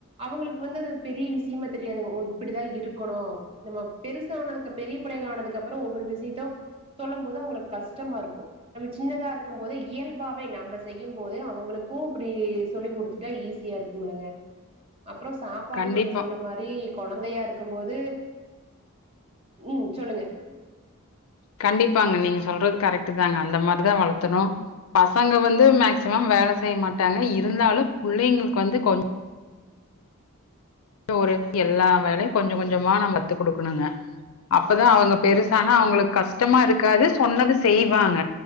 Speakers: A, on the right (about 25°); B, on the left (about 70°).
A: அவங்களுக்கு வந்து அது பெரிய விஷயமா தெரியாதுங்க ஓ இப்டிதா இருக்கணு நம்ம பெருசா ஆனதுக்கு பெரிய பிள்ளை ஆனதுக்கு அப்றோ ஒவ்வொரு விஷ்யத்தோ சொல்லு போது அவங்களுக்கு கஷ்டமா இருக்கு நம்ம சின்னதா இருக்கும் போதே இயல்பாவே நம்ம செய்யும் போதே அவங்களுக்கு இப்டி சொல்லி குடுத்துட்டா ஈஸ் சியா இருக்குமில்லங்க அப்றோ சாப்பாடு
B: கண்டிப்பா
A: நீங்க சொன்ன மாரி கொழந்தையா இருக்கு போது ம் சொல்லுங்க
B: கண்டிப்பாங்க நீங்க சொல்றது கரெக்ட்டு தாங்க அந்த மாரிதா வளத்தணு பசங்க வந்து மேக்சிமம் வேல செய்ய மாட்டாங்க இருந்தாலு புள்ளைங்களுக்கு வந்து கொஞ் ஒரு எல்லா வேலையு கொஞ்ச கொஞ்சமா நம்ப கத்து குடுக்கணுங்க அப்பதா அவங்க பெருசானா அவங்களுக்கு கஷ்டமா இருக்காது சொன்னது செய்வாங்க